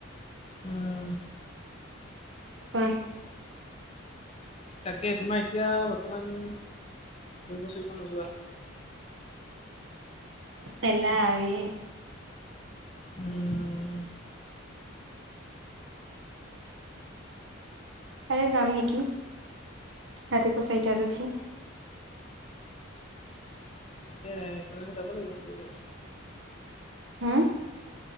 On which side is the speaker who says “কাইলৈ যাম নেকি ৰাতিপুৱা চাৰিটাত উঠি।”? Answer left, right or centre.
Right